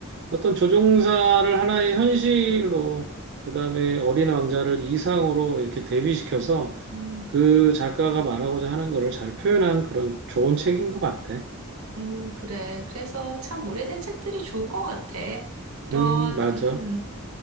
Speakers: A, on the right (about 50°); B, on the right (about 75°).
A: 어떤 조종사를 하나의 현실로, 그다음에 어린 왕자를 이상으로 이렇게 대비시켜서
B: 음,
A: 그 작가가 말하고자 하는 거를 잘 표현한 그런 좋은 책인 것 같아.
B: 음, 그래. 그래서 참 오래된 책들이 좋은 것 같아. 이런,
A: 음, 맞아.
B: 음.